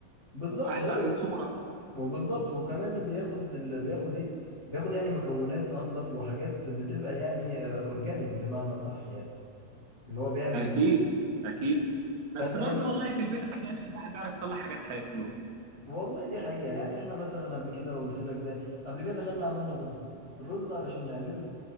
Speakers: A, on the left; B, on the right.
A: بالظبط
B: وفي احسن
A: لا
B: صوره
A: وبالظبط وكمان بياخد ال... بياخد ايه بياخد يعني مكونات انضف وحاجات بتبقى يعني آه، اورجانيك بمعنى صح يعني اللي هو بيعمل
B: اكيد
A: بيها
B: اكيد
A: فانت
B: بس برضو
A: لما ب-
B: والله في البيت احيانا الواحد بيعرف يطلع حاجات حلوه
A: والله دي حقيقة يعني احنا مثلا قبل كده قلت لك زي قبل كده دخلنا عملنا رز الرز علشان نعمله